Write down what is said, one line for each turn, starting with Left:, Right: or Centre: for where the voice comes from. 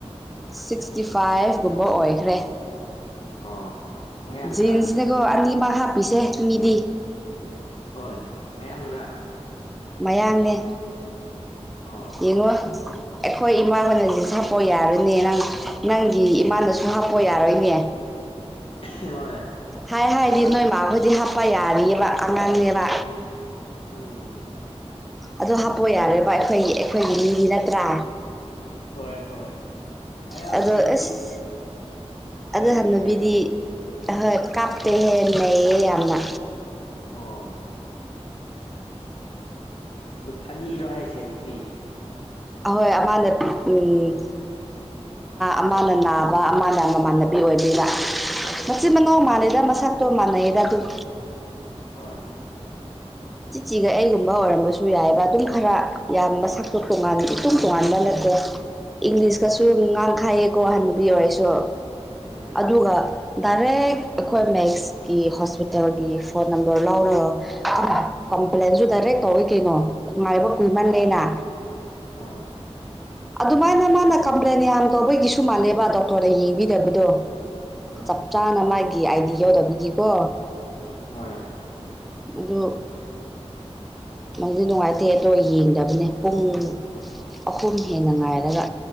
Centre: ꯁꯤꯛꯁꯇꯤ ꯐꯥꯏꯚ ꯀꯨꯝꯕ ꯑꯣꯏꯈ꯭ꯔꯦ
Left: ꯑꯣ ꯃꯌꯥꯡꯔꯥ
Centre: ꯖꯤꯟꯁꯅꯦꯀꯣ ꯑꯅꯤꯃꯛ ꯍꯥꯞꯄꯤꯁꯦ ꯃꯤꯗꯤ
Left: ꯍꯣꯏ ꯃꯌꯥꯡꯔꯥ
Centre: ꯃꯌꯥꯡꯅꯦ
Left: ꯑꯣ
Centre: ꯌꯦꯡꯉꯣ ꯑꯩꯈꯣꯏ ꯏꯃꯥꯅ ꯖꯤꯟꯁ ꯍꯥꯞꯄꯣ ꯌꯥꯔꯣꯏꯅꯦ ꯅꯪ ꯅꯪꯒꯤ ꯏꯃꯥꯅꯁꯨ ꯍꯥꯞꯄꯣ ꯌꯥꯔꯣꯏꯅꯦ
Left: ꯍꯣꯏ
Centre: ꯍꯥꯏ ꯍꯥꯏꯗꯤ
Left: ꯃꯌꯥꯡ
Centre: ꯅꯣꯏ ꯃꯥꯈꯣꯏꯗꯤ ꯍꯥꯞꯄ ꯌꯥꯔꯤꯑꯕ ꯑꯉꯥꯡꯅꯦꯕ
Left: ꯎꯝ
Centre: ꯑꯗꯣ ꯍꯥꯞꯄꯣ ꯌꯥꯔꯦꯕ ꯑꯩꯈꯣꯏꯒꯤ ꯑꯩꯈꯣꯏꯒꯤ ꯃꯤꯗꯤ ꯅꯠꯇ꯭ꯔꯥ
Left: ꯍꯣꯏ ꯍꯣꯏ ꯃꯌꯥꯡꯁꯤꯡꯗꯤ
Centre: ꯑꯗꯣ ꯑꯁ ꯑꯗꯨ
Left: ꯂꯥꯏꯔꯤꯛ
Centre: ꯍꯟꯅꯨꯕꯤꯗꯤ
Left: ꯍꯩꯕ ꯃꯤꯗꯤ ꯎꯝ
Centre: ꯑꯍꯣꯏ ꯀꯥꯞꯇꯦꯍꯦ ꯅꯩꯌꯦ ꯌꯥꯝꯅ
Left: ꯑꫭ ꯅꯨꯞ ꯑꯅꯤꯔꯣ ꯍꯥꯏꯁꯦ ꯅꯨꯄꯤ
Centre: ꯑꯍꯣꯏ ꯑꯃꯅ ꯎꯝ ꯑꯃꯅ ꯅꯥꯕ ꯑꯃꯅ ꯃꯃꯥꯟꯅꯕꯤ ꯑꯣꯏꯗꯣꯏꯕ ꯃꯆꯤꯟ
Left: ꯑꯣ
Centre: ꯃꯅꯥꯎ
Left: ꯑꯣ ꯑꯣ
Centre: ꯃꯥꯜꯂꯦꯗ ꯃꯁꯛꯇꯣ ꯃꯥꯟꯅꯩꯗ ꯑꯗꯨꯝ
Left: ꯍꯣꯏ
Centre: ꯆꯤꯠꯆꯦꯒ ꯑꯩꯒꯨꯝꯕ ꯑꯣꯏꯔꯝꯕꯁꯨ ꯌꯥꯏꯌꯦꯕ ꯑꯗꯨꯝ ꯈꯔ ꯌꯥꯝ ꯃꯁꯛꯇꯣ ꯇꯣꯉꯥꯟ ꯏꯇꯨꯝ ꯇꯣꯉꯥꯟꯕ ꯅꯠꯇꯦ ꯏꯪꯂꯤꯁꯀꯁꯨ
Left: ꯍꯣꯏ ꯍꯣꯏ
Centre: ꯉꯥꯡꯊꯌꯦ ꯀꯣ ꯍꯥꯅꯨꯕꯤ ꯑꯣꯏꯔꯁꯨ
Left: ꯎꯝ
Centre: ꯑꯗꯨꯒ ꯗꯥꯏꯔꯦꯛ ꯑꯈꯣꯏ ꯃꯦꯛꯁꯀꯤ ꯍꯣꯁꯄꯤꯇꯥꯜꯒꯤ ꯐꯣꯟ ꯅꯝꯕꯔ ꯂꯧꯔꯣ ꯀꯝꯄ꯭ꯂꯦꯟꯁꯨ ꯗꯥꯏꯔꯦꯛ ꯇꯧꯋꯤ ꯀꯩꯅꯣ ꯉꯥꯏꯕ ꯀꯨꯏꯃꯜꯂꯦꯅ
Left: ꯍꯣꯏ
Centre: ꯑꯗꯨꯃꯥꯏꯅ ꯃꯥꯅ ꯀꯝꯄ꯭ꯂꯦꯟ ꯌꯥꯝ ꯇꯧꯕꯒꯤꯁꯨ ꯃꯥꯜꯂꯦꯕ ꯗꯣꯛꯇꯔꯅ ꯌꯦꯡꯕꯤꯗꯕꯗꯣ
Left: ꯎꯝ
Centre: ꯆꯞ ꯆꯥꯅ ꯃꯥꯒꯤ ꯑꯥꯏꯗꯤ ꯌꯧꯗꯕꯤꯒꯤꯀꯣ
Left: ꯍꯣꯏ
Centre: ꯑꯗꯣ ꯅꯨꯗꯤ ꯅꯨꯡꯉꯥꯏꯇꯦ ꯑꯗꯣ ꯌꯦꯡꯗꯕꯅꯦ ꯄꯨꯡ ꯑꯍꯨꯝ ꯍꯦꯟꯅ ꯉꯥꯏꯔꯒ